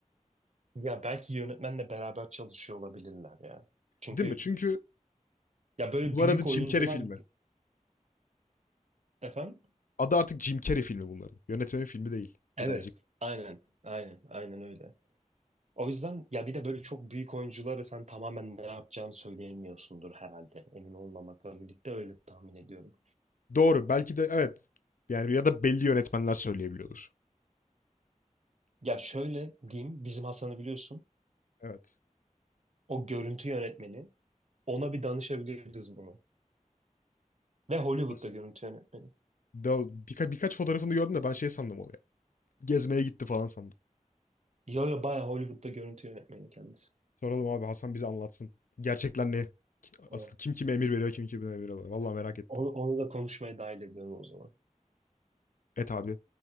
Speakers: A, on the right (about 55°); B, on the left (about 80°).
A: Ya belki yönetmenle beraber çalışıyor olabilirler ya. Çünkü
B: Değil mi? Çünkü
A: ya böyle
B: bunlar
A: büyük
B: adı Jim
A: oyuncular
B: Carrey filmi.
A: efendim.
B: Adı artık Jim Carrey filmi bunların. Yönetmenin filmi değil
A: Evet.
B: birazcık.
A: Aynen. Aynen. Aynen öyle. O yüzden ya bir de böyle çok büyük oyunculara sen tamamen ne yapacağını söyleyemiyorsundur herhalde. Emin olmamakla birlikte öyle tahmin ediyorum.
B: Doğru. Belki de evet. Yani ya da belli yönetmenler söyleyebiliyordur.
A: Ya şöyle diyeyim. Bizim Hasan'ı biliyorsun.
B: Evet.
A: O görüntü yönetmeni. Ona bir danışabiliriz bunu. Ve Hollywood'da
B: Nasıl?
A: görüntü yönetmeni.
B: Da birka- birkaç fotoğrafını gördüm de ben şey sandım onu ya. Gezmeye gitti falan sandım.
A: Yo yo bayağı Hollywood'da görüntü yönetmeni kendisi.
B: Soralım abi Hasan bize anlatsın. Gerçekler ne?
A: Tamam.
B: Asıl kim kime emir veriyor, kim kime emir alıyor. Vallahi merak ettim.
A: Onu, onu da konuşmaya dahil ediyorum o zaman.
B: Et abi.